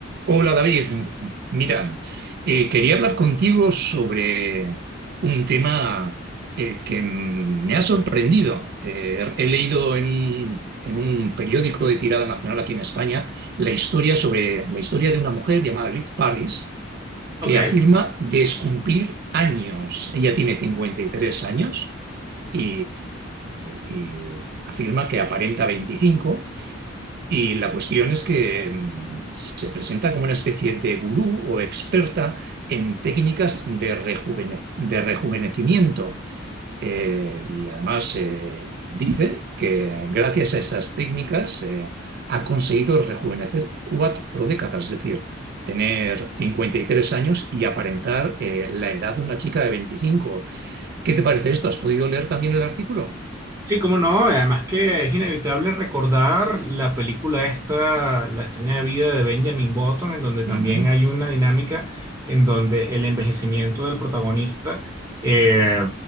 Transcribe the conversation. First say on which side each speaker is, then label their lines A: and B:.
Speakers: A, on the right; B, on the right.
A: Hola David, mira, eh, quería hablar contigo sobre un tema eh, que mm, me ha sorprendido. Eh, he leído en, un en un periódico de tirada nacional aquí en España la historia sobre la historia de una mujer llamada Liz Paris
B: Ok,
A: que afirma descumplir años. Ella tiene 53 años y, y afirma que aparenta 25. Y la cuestión es que mm, se presenta como una especie de gurú o experta en técnicas de, rejuvenec- de rejuvenecimiento. Eh, y además eh, dice que gracias a esas técnicas eh, ha conseguido rejuvenecer cuatro décadas, es decir, tener 53 años y aparentar eh, la edad de una chica de 25. ¿Qué te parece esto? ¿Has podido leer también el artículo?
B: sí, cómo no, además que es inevitable recordar la película esta, La extraña vida de Benjamin Button, en donde también
A: Ujú.
B: hay una dinámica en donde el envejecimiento del protagonista eh,